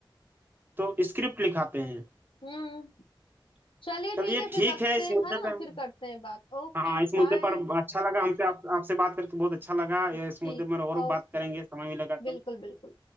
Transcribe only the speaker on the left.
हम्म चलिए ठीक
है फिर
रखते
हैं
है ना
फिर करते हैं बात Okay
bye
ठीक
है
ओके
बिल्कुल बिल्कुल